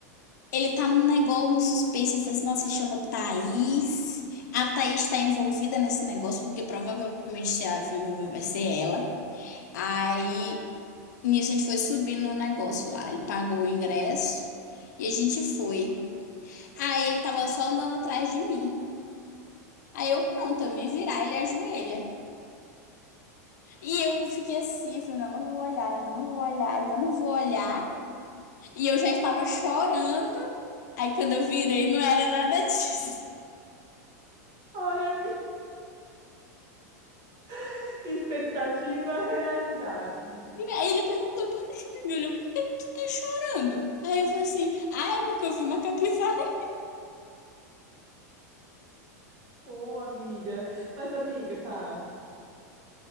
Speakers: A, on the left; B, on the right.
A: ele tá num negócio, num suspense. Ele falou assim: nossa, ele chamou Thaís. A Thaís tá envolvida nesse negócio, porque provavelmente se ela for envolvida, vai ser ela. Aí, nisso, a gente foi subindo no negócio lá. Ele pagou o ingresso e a gente foi. Aí ele tava só andando atrás de mim. Aí eu, pronto, eu me virar, ele ajoelha. E eu fiquei assim, eu falei, ainda não vou olhar, ainda não vou olhar, ainda não vou olhar. E eu já estava chorando. Aí quando eu virei, não era nada <laughs> disso.
B: Ai, é... <laughs> expectativa, realidade.
A: Aí ele perguntou por que que ele me olhou, por que que tu tá chorando? Aí eu falei assim, ah, é porque eu vi uma capivara.
B: Ô, amiga. Mas, amiga, tá.